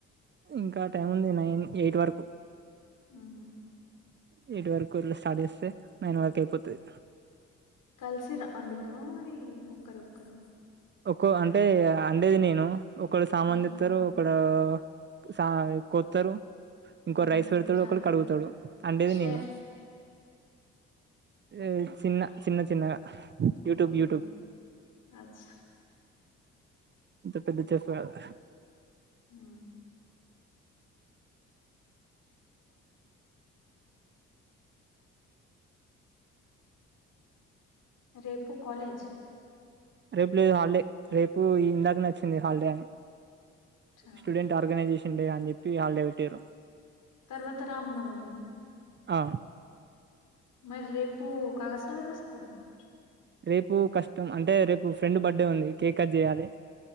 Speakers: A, on the right; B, on the left.
A: ఇంకా టైం ఉంది నైన్ ఎయిట్ వరకు.
B: ఉహు
A: ఎయిట్ వరకు స్టార్ట్ చేస్తే, నైన్ వరక్ అయిపోతది.
B: కల్సిరా అండుతవ మరీ ఉప్ ఒక్కరు ఒక్కరు
A: ఒకో అంటే అండేది నేను ఒకడు సామాన్
B: ఉమ్
A: తీత్తరు ఒకడూ ప సాయి కొత్తరు ఇంకో
B: ఉమ్
A: రైస్ పెడతాడు
B: చా
A: ఒకడు కడుగుతడు అండేది
B: షెఫ్
A: నేను ఏ చిన్న చిన్న చిన్నగా యూట్యూబ్
B: ఉహు
A: యూట్యూబ్
B: అచ్
A: ఇంత పెద్ద <unintelligible>
B: ఆ రేపు కాలేజ్
A: రేపు లేదు హాలిడే రేపు ఇందాక నచ్చింది హాలిడే అని
B: చా
A: స్టూడెంట్ ఆర్గనైజేషన్ <unintelligible> అని చెప్పి వాళ్డే పెట్టారు
B: తర్వత రాం నవమీ
A: ఆ
B: మరి రేపు కాస్త <unintelligible>
A: రేపు కష్టం అంటే రేపు ఫ్రెండ్ బర్త్డే ఉంది కేక్ కట్ చేయాలే